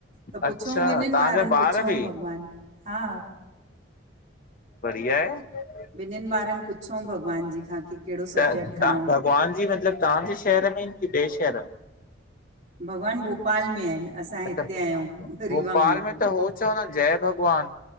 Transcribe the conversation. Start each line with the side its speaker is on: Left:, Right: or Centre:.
Right: त पुछऊ
Left: अच्छा
Right: ॿिन्हिनि
Left: तव्हांजा
Right: ॿारनि
Left: ॿार
Right: पुछऊ
Left: बि
Right: भॻवान हा
Left: बढिया आहे।
Right: ॿिन्हिनि ॿारनि पुछऊ भॻवान जी खां की कहिड़ो सब्जेक्ट
Left: त तव्हां
Right: खणऊं।
Left: भॻवान जी मतिलबु तव्हांजे शहर में आहिनि की ॿिए शहर
Right: भॻवानु भोपाल में आहिनि। असां
Left: अच्छा
Right: हिते आहियूं रीवा
Left: भोपाल
Right: में
Left: त हो चवंदा आहिनि जय भॻवान